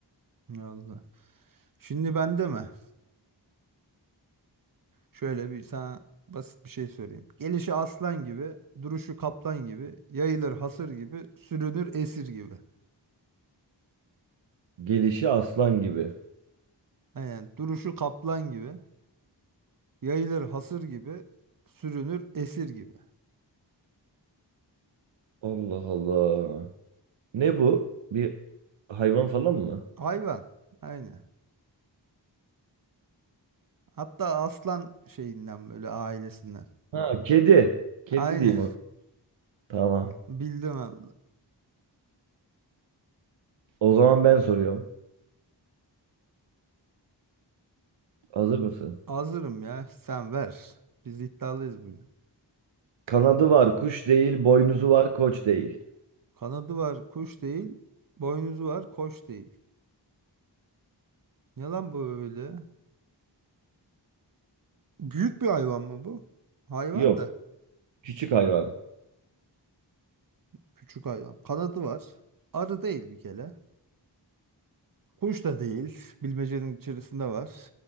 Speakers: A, on the right; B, on the right.
A: Allah. Şimdi bende mi? Şöyle bir sana basit bir şey söyleyeyim. Gelişi aslan gibi, duruşu kaplan gibi, yayılır hasır gibi, sürünür esir gibi.
B: Gelişi aslan gibi.
A: Aynen duruşu kaplan gibi, yayılır hasır gibi, sürünür esir gibi.
B: Allah Allah. Ne bu? Bir hayvan falan mı?
A: Hayvan. Aynen. Hatta aslan şeyinden böyle ailesinden.
B: Ha kedi. Kedi
A: Aynen.
B: diyeyim Tamam.
A: <laughs> Bildim al-
B: O zaman ben soruyorum. Hazır mısın?
A: Hazırım ya. Sen ver. Biz iddialıyız bugün.
B: Kanadı var, kuş değil, boynuzu var, koç değil.
A: Kanadı var kuş değil. Boynuzu var koç değil. Ne lan bu böyle? Büyük bir hayvan mı bu? Hayvan
B: Yok,
A: da.
B: küçük hayvan.
A: Küçük hayvan. Kanadı var. Arı değil bir kere. Kuş da değil. Bilmecenin içerisinde var.